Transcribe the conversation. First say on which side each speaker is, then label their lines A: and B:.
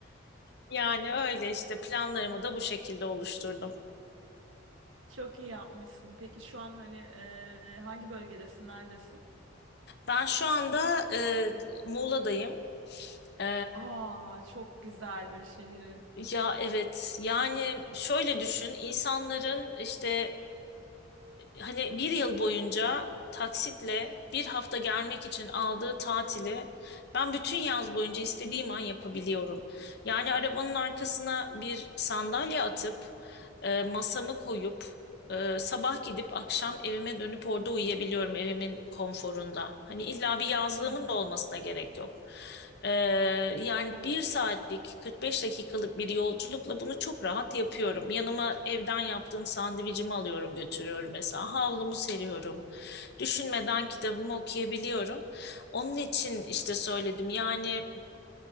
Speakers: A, on the left (about 55°); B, on the right (about 85°).
A: Yani öyle işte planlarımı da bu şekilde oluşturdum.
B: Çok iyi yapmışsın. Peki şu an hani e, hangi bölgedesin, neredesin?
A: Ben şu anda e, Muğla'dayım. E,
B: Aa, çok güzel bir şehir.
A: ya evet yani şöyle düşün insanların işte hani bir yıl boyunca taksitle bir hafta gelmek için aldığı tatili ben bütün yaz boyunca istediğim an yapabiliyorum. Yani arabanın arkasına bir sandalye atıp e, masamı koyup ee, sabah gidip akşam evime dönüp orada uyuyabiliyorum evimin konforunda. Hani illa bir yazlığımın
B: Hı hı.
A: da olmasına gerek yok. Ee, yani bir saatlik 45 dakikalık bir yolculukla bunu çok rahat yapıyorum. Yanıma evden yaptığım sandviçimi alıyorum götürüyorum mesela. Havlumu seriyorum. Düşünmeden kitabımı okuyabiliyorum. Onun için işte söyledim yani